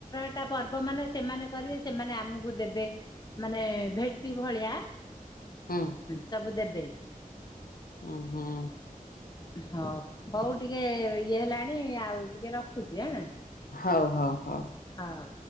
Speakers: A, on the left; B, on the left.
A: ତା ପର୍ବ ମାନେ ସେମାନେ କରିବେ ସେମାନେ ଆମକୁ ଦେବେ। ମାନେ ଭେଟି ଭଳିଆ।
B: ହଁ
A: ସବୁ ଦେବେ।
B: ଉ ହଁ।
A: ହଉ ହଉ ଟିକେ ଇଏ ହେଲାଣି ଆଉ ଟିକେ ରଖୁଛି ହାଁ।
B: ହଉ ହଉ ହଉ।
A: ହଁ।